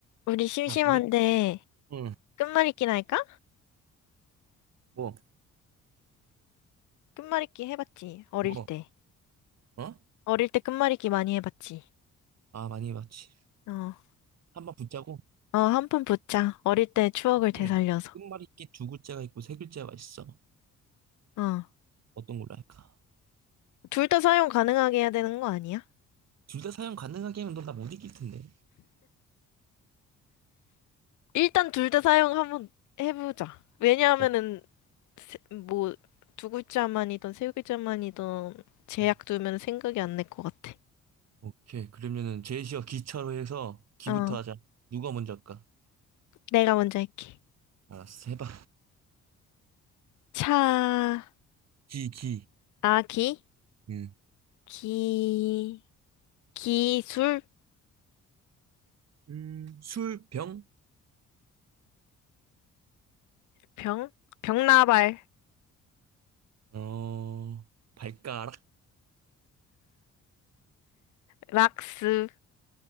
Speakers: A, on the left (about 75°); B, on the right (about 60°).
A: 우리 심심한데
B: 자, 우리, 응,
A: 끝말잇기나 할까?
B: 뭐,
A: 끝말잇기 해봤지, 어릴
B: 뭐,
A: 때.
B: 어?
A: 어릴 때 끝말잇기 많이 해봤지.
B: 아, 많이 해봤지.
A: 어,
B: 한 번 붙자고.
A: 어, 한 푼 붙자. 어릴 때 추억을 되살려서.
B: 이게 끝말이 있게 두 글자가 있고 세 글자가 있어.
A: 어,
B: 어떤 걸로 할까?
A: 둘 다 사용 가능하게 해야 되는 거 아니야?
B: 둘 다 사용 가능하게 하면 넌 나 못 이길 텐데.
A: 일단 둘 다 사용 한번 해보자. 왜냐하면은,
B: 어,
A: 세- 뭐, 두 글자만이든 세 글자만이든 제약
B: 음,
A: 두면 생각이 안 날 것 같아.
B: 오케이. 그러면은 제시어 기차로 해서 기부터
A: 어,
B: 하자. 누가 먼저 할까?
A: 내가 먼저 할게.
B: 알았어, 해봐.
A: 차,
B: 기, 기.
A: 아기,
B: 응.
A: 기, 기술,
B: 음, 술, 병,
A: 병? 병나발,
B: 어, 발가락,
A: 락스,